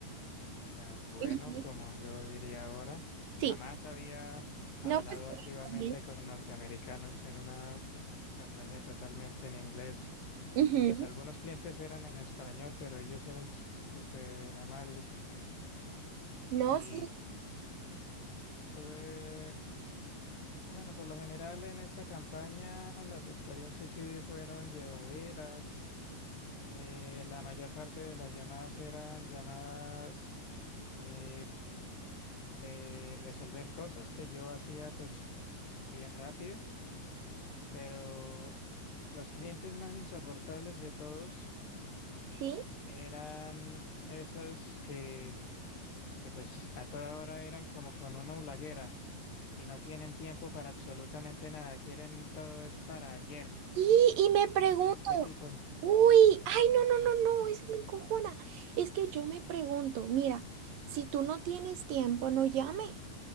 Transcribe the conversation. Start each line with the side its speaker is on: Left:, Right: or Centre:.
Left: Tan bueno
Right: Ujú.
Left: como yo diría ahora. Jamás
Right: Sí.
Left: había hablado
Right: No, pues. está
Left: activamente
Right: bien.
Left: con norteamericanos. Era una campaña totalmente en inglés.
Right: Ujú.
Left: Y pues algunos clientes eran en español, pero ellos eran s- súper amables.
Right: No,
Left: Y
Right: sí,
Left: tuve, bueno, por lo general en esa campaña las experiencias sí fueron llevaderas. Eh, la mayor parte de las llamadas eran llamadas eh, de resolver cosas que yo hacía pues bien rápido, pero los clientes más insoportables de todos
Right: sí.
Left: eran esos que, que pues a toda hora eran como con una hulaguera y no tienen tiempo para absolutamente nada, quieren todo es para ayer.
Right: Y, y me pregunto.
Left: Uy, qué tipo.
Right: Uy, ay, no, no, no, no, eso me encojona. Es que yo me pregunto, mira, si tú no tienes tiempo, no llames.